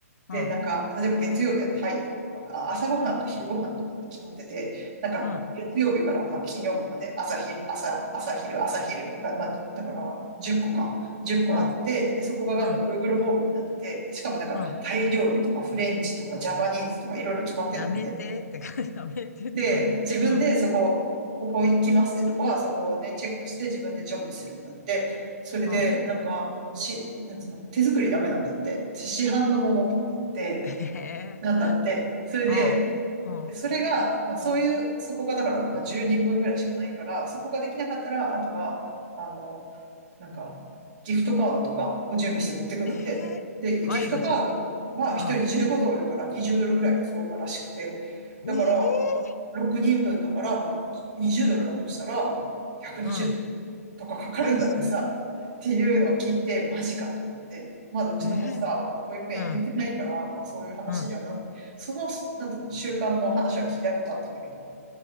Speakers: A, on the right (about 30°); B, on the left (about 75°).
A: で、
B: うん、
A: なんか、例えば月曜日はタイとか、あ朝ごはんと昼ごはんとかって決まってて、なんか、
B: うん、
A: 月曜日からまあ金曜日まで朝昼、朝、朝昼、朝昼が、まあ、だから10個か、10個あって、
B: うん、
A: で、そこがなんか
B: うん、
A: Google ホームになってて、で、しかもなんかタイ料理とかフレンチとかジャパニーズとかいろいろ決まってんだって。
B: うん、やめてって感じ、<laughs> やめてって感じだけど、
A: で、自分でそこ、
B: うん、
A: ここ行きますってとこは、そこをね、チェックして自分で準備するんだって。それで、
B: うん、
A: なんか、あの、し、なんつうの、手作りダメなんだって。市販のものとかって、
B: ええ
A: なんだって。それで、
B: うん、うん、
A: それが、まあそういう、そこがだから、まあ10人分ぐらいしかないから、そこができなかったら、あとは、あの、なんか、ギフトカードとかを準備して持ってくんだって。
B: えへ、
A: で、
B: 賄賂じゃん、
A: ギフトカードは1人15ドルから20ドルぐらいが相場らしくて、
B: うん、
A: だから、
B: ええ
A: 6人分だから、まあ20ドルだとしたら、120ドル。
B: うん、
A: とかかかるんだってさ、
B: 何すんの
A: っていうのを聞いて、マジかと思って、まだうちの子さ、
B: ええ
A: 保育園入れてないから、
B: うん、
A: まあそういう話にはなる。
B: うん、
A: その、なんていうの、習慣の話は聞いたことあったんだけど、